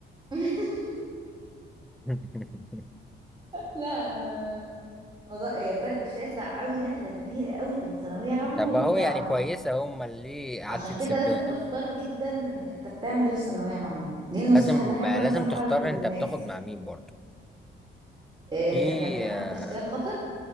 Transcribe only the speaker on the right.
<laughs>
لا انا نض- إيه، فرق شاسع قوي نقلة كبيرة قوي بين ثانوية عامة
والجامعة
عشان
كده لازم تختار جدا انت بتعمل ايه في ثانوية عامة دي النصيحة
اللي احب
انصحها
للناس
إيه
انت كان في حد
اختيار خاطئ